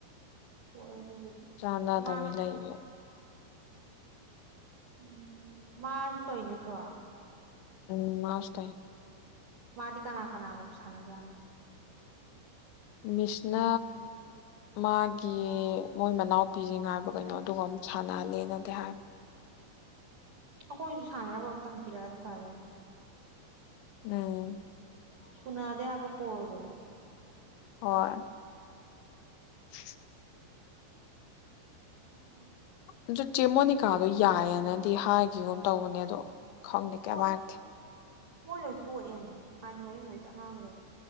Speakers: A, on the right (about 80°); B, on the left (about 85°).
A: ꯍꯣꯏ ꯑꯗꯨꯕꯨꯗꯤ
B: ꯆꯥꯟꯅꯗꯕꯅꯤ
A: ꯃꯥ
B: ꯂꯩꯌꯦꯕ꯫
A: ꯎꯝ ꯃꯥꯁꯨ ꯇꯧꯏ ꯅꯠꯇ꯭ꯔꯣ?
B: ꯎꯝ ꯃꯥꯁꯨ ꯇꯧꯏꯅꯤ꯫
A: ꯃꯥꯗꯤ ꯀꯅꯥ - ꯀꯅꯥꯒ ꯁꯅꯖꯅꯣ?
B: ꯃꯤꯁꯅ ꯃꯥꯒꯤ ꯃꯣꯏ ꯃꯅꯥꯎꯄꯤꯁꯤꯡꯉꯥꯏꯕ ꯀꯩꯅꯣ ꯑꯗꯨꯒ ꯑꯃꯨꯛ ꯁꯥꯟꯅꯍꯜꯂꯦꯅꯗꯤ ꯍꯥꯏ꯫
A: ꯑꯩꯈꯣꯏꯁꯨ ꯁꯥꯟꯅꯅꯕ ꯑꯝꯇꯪ ꯄꯤꯔꯛꯑꯗꯤ ꯐꯗꯧꯅꯦ꯫
B: ꯎꯝ꯫
A: ꯁꯅꯥꯗꯦ ꯍꯥꯏꯕ ꯀꯣꯜꯗꯣ꯫ <inaudible>
B: ꯍꯣꯏ <inaudible>
A: <inaudible>
B: ꯑꯗꯨ ꯆꯦꯃꯣꯅꯤꯀꯥꯗꯣ ꯌꯥꯏꯌꯦꯅꯗꯤ ꯍꯥꯏꯈꯤꯕꯒꯨꯝ ꯇꯧꯕꯅꯦ ꯑꯗꯣ ꯈꯪꯗꯦ ꯀꯦꯝ
A: ꯃꯣꯏ
B: ꯍꯥꯏꯔꯛꯇꯦ꯫
A: ꯃꯣꯏ ꯂꯣꯏ ꯇꯣꯛꯑꯦꯕꯅꯤ ꯍꯥꯏꯗꯤ ꯃꯌꯨꯝ ꯂꯣꯏ ꯆꯠꯅꯈ꯭ꯔꯦ꯫